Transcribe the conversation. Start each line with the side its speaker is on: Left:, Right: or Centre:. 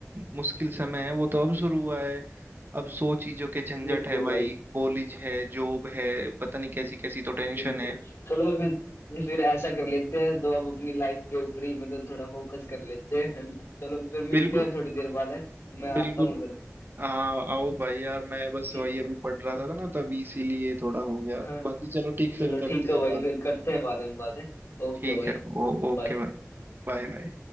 Right: मुश्किल समय है वो तो अब शुरू हुआ है अब सौ चीजों के झंझट
Left: बिल्कुल
Right: है भाई
Left: भाई
Right: कॉलेज है जॉब है पता नहीं कैसी कैसी तो टेंशन
Left: बिल्कुल
Right: है
Left: चलो फिर फिर ऐसा कर लेते हैं तो अब अपनी लाइफ के ऊपर ही मतलब थोड़ा फोकस कर लेते हैं <laughs> चलो फिर मिलते
Right: बिल्कुल
Left: हैं थोड़ी देर बाद है मैं आता
Right: बिल्कुल
Left: हूँ फिर
Right: हाँ आओ भाई यार
Left: चलो,
Right: मैं बस
Left: ठीक
Right: वही
Left: है
Right: अभी
Left: भाई
Right: पढ़ रहा था ना तभी इसीलिए थोड़ा हो गया
Left: हाँ हाँ।
Right: बाकी चलो ठीक फिर
Left: चलो
Right: करते
Left: ठीक है
Right: हैं
Left: भाई
Right: बात
Left: फिर करते हैं बाद में बातें ओके
Right: ठीक
Left: भाई
Right: है ओ, ओके
Left: बाय
Right: भाई Bye bye